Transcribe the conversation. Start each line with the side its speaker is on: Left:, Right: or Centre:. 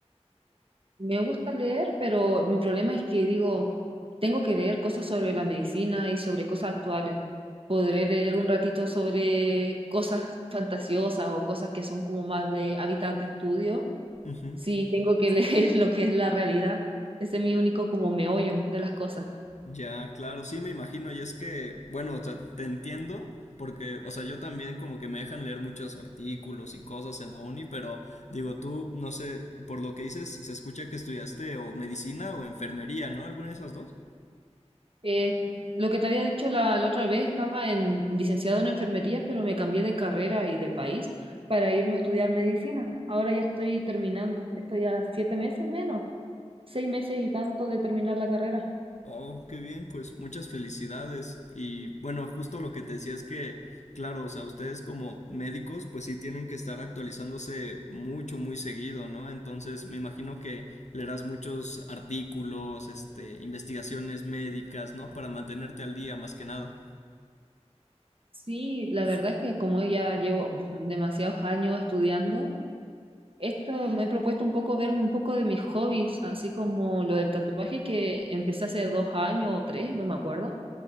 Right: Me gusta leer, pero mi problema es que digo, tengo que leer cosas sobre la medicina y sobre cosas actuales. Podré leer un ratito sobre cosas fantasiosas o cosas que son como más de hábitat de estudio
Left: Ujú.
Right: Sí, tengo que leer <laughs> lo que es la realidad. Ese es mi único como meollo de las cosas.
Left: Ya, claro, sí me imagino, y es que, bueno, o sea, te entiendo, porque, o sea, yo también como que me dejan leer muchos artículos y cosas en la uni, pero digo, tú, no sé, por lo que dices, se escucha que estudiaste o medicina o enfermería, ¿no? ¿Alguna de esas dos?
Right: Eh, lo que te había dicho la, la otra vez, estaba en licenciado en enfermería, pero me cambié de carrera y de país para irme a estudiar medicina. Ahora ya estoy terminando. Estoy a siete meses menos, seis meses y tanto de terminar la carrera.
Left: Oh, qué bien, pues muchas felicidades. Y bueno, justo lo que te decía es que, claro, o sea, ustedes como médicos, pues sí tienen que estar actualizándose mucho, muy seguido, ¿no? Entonces, me imagino que leerás muchos artículos, este, investigaciones médicas, ¿no? Para mantenerte al día, más que nada.
Right: Y la verdad es que como ya llevo demasiados años estudiando, esto me he propuesto un poco verme un poco de mis hobbies, así como lo del tatuaje que empecé hace dos años o tres, no me acuerdo